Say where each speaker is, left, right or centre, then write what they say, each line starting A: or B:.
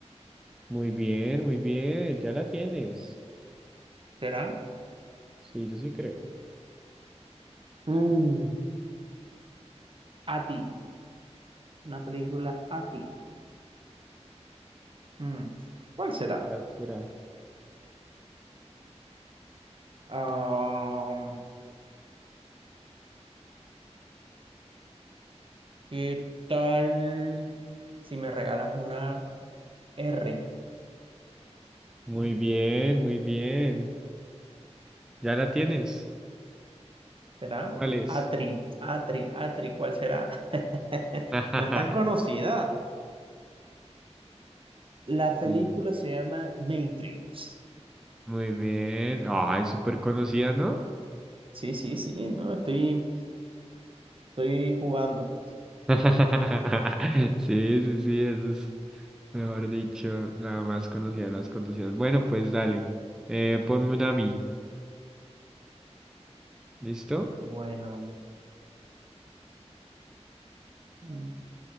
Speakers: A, in the centre; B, on the right (about 50°).
A: Muy bien, muy bien, ya la tienes.
B: ¿será?
A: Sí, yo sí creo.
B: Mm, A ti. Una película a ti. Mm, ¿Cuál será?
A: ¿Cuál será?
B: Ah, ¿qué tal si me regalas una R?
A: Muy bien, muy bien. ¿Ya la tienes?
B: ¿Será?
A: ¿Cuál es?
B: Atri, Atri, Atri, ¿cuál será? <laughs>
A: <laughs>
B: No es tan conocida. La película
A: Sí.
B: se llama Matrix.
A: Muy bien. Ay, súper conocida, ¿no?
B: Sí, sí, sí, no, estoy, estoy jugando.
A: <laughs> Sí, sí, sí, eso es, mejor dicho, la más conocida de las conocidas. Bueno, pues dale. Eh, ponme una a mí. ¿Listo?
B: Bueno, mm,